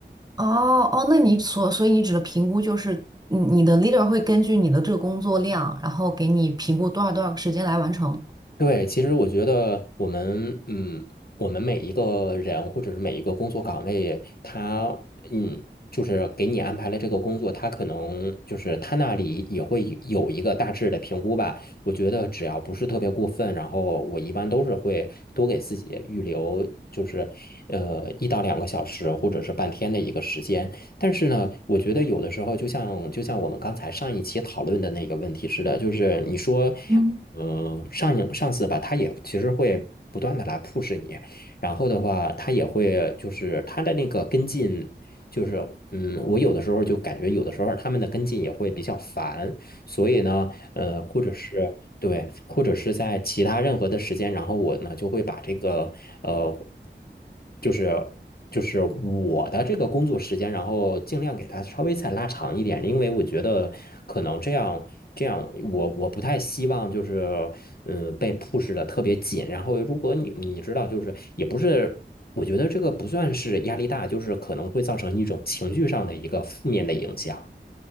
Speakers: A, on the right; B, on the left.
A: 哦哦，那你所所以你指的评估就是你你的 leader 会根据你的这个工作量，然后给你评估多少多少个时间来完成。
B: 对，其实我觉得我们，嗯，我们每一个人或者是每一个工作岗位，他，嗯，就是给你安排了这个工作，他可能就是他那里也会有一个大致的评估吧。我觉得只要不是特别过分，然后我一般都是会多给自己预留，就是呃一到两个小时或者是半天的一个时间。但是呢，我觉得有的时候，就像就像我们刚才上一期讨论的那个问题似的，就是你说，
A: 嗯，
B: 呃，上瘾上司吧，他也其实会不断的来 push 你，然后的话，他也会就是他的那个跟进，就是嗯，我有的时候就感觉有的时候他们的跟进也会比较烦，所以呢，呃，或者是。对，或者是在其他任何的时间，然后我呢就会把这个呃，就是就是我的这个工作时间，然后尽量给他稍微再拉长一点，因为我觉得可能这样这样，我我不太希望就是嗯、呃被 push 的特别紧，然后如果你你知道，就是也不是。我觉得这个不算是压力大，就是可能会造成一种情绪上的一个负面的影响。